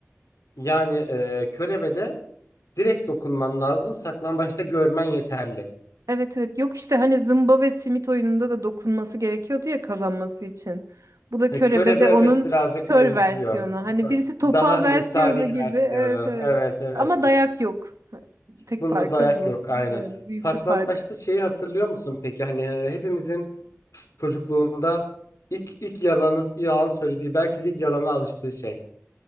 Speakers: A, on the left (about 90°); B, on the right (about 80°).
A: Yani e, körebe direkt dokunman lazım. Saklambaçta görmen yeterli.
B: Evet evet yok işte hani zımba ve simit oyununda da dokunması gerekiyordu ya kazanması için. Bu da
A: E,
B: körebe
A: körebe
B: de
A: evet
B: onun
A: birazcık
B: kör
A: benziyor.
B: versiyonu. Hani
A: Da-
B: birisi topal
A: daha insani
B: versiyonu gibi.
A: versiyonu.
B: Evet evet.
A: Evet evet.
B: Ama dayak yok. Tek
A: Bunda
B: farkı
A: dayak
B: bu.
A: yok aynen.
B: Evet, büyük
A: Saklambaçta
B: bir fark.
A: şeyi hatırlıyor musun peki? Hani e, hepimizin çocukluğunda ilk ilk yalanı yalan söylediği belki de ilk yalana alıştığı şey.